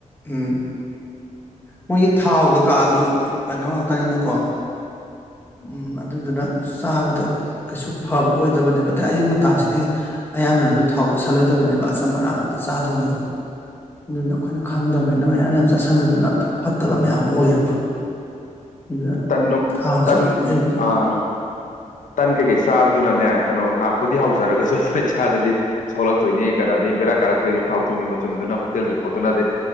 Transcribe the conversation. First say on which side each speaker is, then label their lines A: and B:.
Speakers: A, on the left; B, on the left.
A: ꯎꯝ ꯃꯣꯏꯒꯤ ꯊꯥꯎ ꯀꯀꯥꯁꯨ ꯀꯩꯅꯣ ꯉꯥꯛꯇꯅꯤꯅꯀꯣ ꯎꯝ ꯑꯗꯨꯗꯨꯅ ꯆꯥꯕꯗ ꯀꯩꯁꯨ ꯐꯕ ꯑꯣꯏꯗꯕꯅꯦꯕ ꯑꯗꯩ ꯑꯌꯨꯛ ꯉꯇꯥꯁꯤꯗꯤ ꯑꯌꯥꯝꯕꯅꯅꯁꯨ ꯊꯥꯎ ꯆꯥꯁꯤꯜꯂꯣꯏꯗꯕꯅꯦꯕ ꯑꯆꯝ ꯑꯔꯥꯡ ꯉꯥꯛꯇ ꯆꯥꯗꯧꯅꯦꯕ ꯑꯗꯨꯅ ꯑꯩꯈꯣꯏꯅ ꯈꯪꯗꯕꯅꯤꯅ ꯃꯌꯥꯝ ꯌꯥꯝ ꯆꯥꯁꯤꯟꯕꯗꯨꯅ ꯐꯠꯇꯕ ꯃꯌꯥꯝ ꯑꯣꯏꯌꯦꯕ ꯑꯗꯨꯗ
B: ꯇꯟ
A: ꯊꯥꯎꯁꯦ
B: ꯇꯟ
A: ꯑꯩ
B: ꯑꯥ ꯇꯟ ꯀꯩꯀꯩ ꯆꯥꯕꯗꯨꯅꯅꯦ ꯀꯩꯅꯣ ꯉꯥꯏꯍꯥꯛꯄꯨꯗꯤ ꯍꯥꯎꯖꯔꯒꯁꯨ ꯑꯗꯨꯅ ꯏꯁꯥꯗꯗꯤ ꯁꯣꯛꯂꯛꯇꯣꯏꯅꯤ ꯀꯩꯅꯣꯗꯤ ꯕꯦꯔꯥ ꯀꯥꯔꯛꯇꯣꯏꯅꯤ ꯊꯥꯎ ꯊꯨꯝꯒꯤ ꯃꯆꯨꯝꯗꯨꯅ ꯍꯣꯇꯦꯜꯒꯤ ꯄꯣꯠꯇꯨꯅꯗꯤ